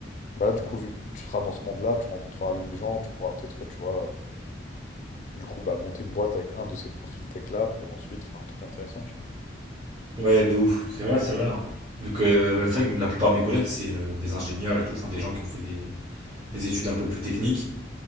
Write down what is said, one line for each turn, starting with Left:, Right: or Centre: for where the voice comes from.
Left: Bah là, du coup, vu que tu seras dans ce monde-là, tu rencontreras les gens, tu pourras peut-être, tu vois, euh, du coup, bah, monter une boîte avec un de ces profils tech-là pour ensuite faire un truc intéressant, tu vois.
Right: Ouais, de ouf. C'est vrai, c'est vrai. hein. Vu que, euh, bah, c'est vrai que la plupart de mes collègues, c'est euh, des ingénieurs et tout, enfin des gens qui ont fait des, des études un peu plus techniques.